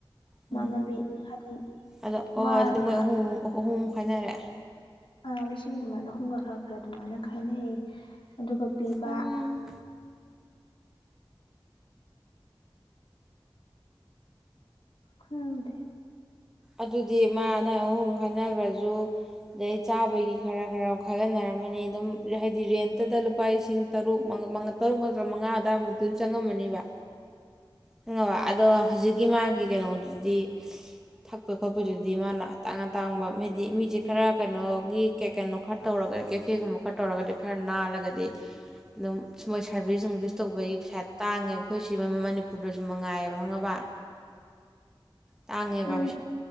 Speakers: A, on the left; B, in the centre.
A: ꯏꯃꯥꯟꯅꯕꯤ
B: ꯎꯝ
A: ꯍꯥꯏꯗꯤ
B: ꯑꯗꯣ ꯑꯣ
A: ꯃꯥꯅ
B: ꯑꯗꯨꯗꯤ ꯃꯣꯏ ꯎꯍꯨꯝ ꯎꯍꯨꯝ ꯈꯥꯏꯅꯔꯛꯑꯦ꯫
A: ꯑ ꯂꯤꯁꯤꯡ ꯑꯗꯨꯃꯥꯏꯅ ꯑꯍꯨꯝꯒ ꯈꯔ ꯈꯔ ꯑꯗꯨꯃꯥꯏꯅ ꯈꯥꯏꯅꯩꯌꯦ꯫ ꯑꯗꯨꯒ ꯄꯤꯕꯥ
B: ꯎꯝ
A: ꯈꯪꯗꯦ꯫
B: ꯑꯗꯨꯗꯤ ꯃꯥꯅ ꯑꯍꯨꯝ ꯈꯟꯅꯈ꯭ꯔꯁꯨ ꯑꯗꯩ ꯆꯥꯕꯒꯤ ꯈꯔ ꯈꯔ ꯈꯥꯏꯒꯠꯅꯔꯝꯃꯅꯤ ꯑꯗꯨꯝ ꯍꯥꯏꯗꯤ ꯔꯦꯟꯇꯨꯗ ꯂꯨꯄꯥ ꯂꯤꯁꯤꯡ ꯇꯔꯨꯛ ꯇꯔꯨꯛ ꯅꯠꯇꯔꯥ ꯝꯉꯥ ꯑꯗꯋꯥꯏꯃꯨꯛꯇꯤ ꯑꯗꯨꯝ ꯆꯪꯉꯝꯃꯅꯦꯕ ꯈꯪꯉꯕ ꯑꯗꯣ ꯍꯧꯖꯤꯛꯀꯤ ꯃꯥꯒꯤ ꯀꯩꯅꯣꯗꯨꯗꯤ ꯊꯛꯄ ꯈꯣꯠꯄꯗꯨꯗꯤ ꯃꯥꯅ ꯇꯥꯡꯉꯇꯥꯡꯕ ꯍꯥꯏꯗꯤ ꯃꯤꯁꯦ ꯈꯔ ꯀꯩꯅꯣꯒꯤ ꯀꯦ ꯀꯩꯅꯣ ꯈꯔ ꯇꯧꯔꯒꯗꯤ ꯀꯦꯐꯦꯒꯨꯝꯕ ꯈꯔ ꯇꯧꯔꯒꯗꯤ ꯈꯔ ꯅꯥꯜꯂꯒꯗꯤ ꯑꯗꯨꯝ ꯃꯣꯏ ꯁꯥꯔꯚꯤꯁ ꯅꯨꯡꯚꯤꯁ ꯇꯧꯕꯒꯤ ꯄꯩꯁꯥ ꯇꯥꯡꯉꯦꯕ ꯑꯩꯈꯣꯏ ꯁꯤ ꯃꯅꯤꯄꯨꯔꯗꯁꯨ ꯃꯉꯥꯏꯌꯦꯕ ꯈꯪꯉꯥꯕ ꯇꯥꯡꯉꯦꯕ
A: ꯎꯝ